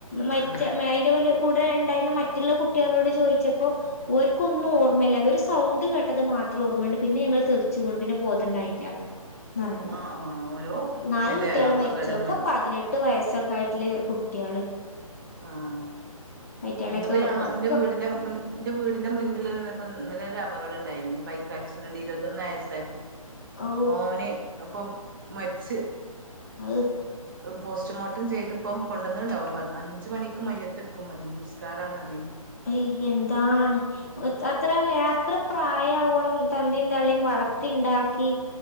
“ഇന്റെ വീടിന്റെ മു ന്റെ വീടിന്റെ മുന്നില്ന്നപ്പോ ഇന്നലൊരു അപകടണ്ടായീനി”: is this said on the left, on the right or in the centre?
Right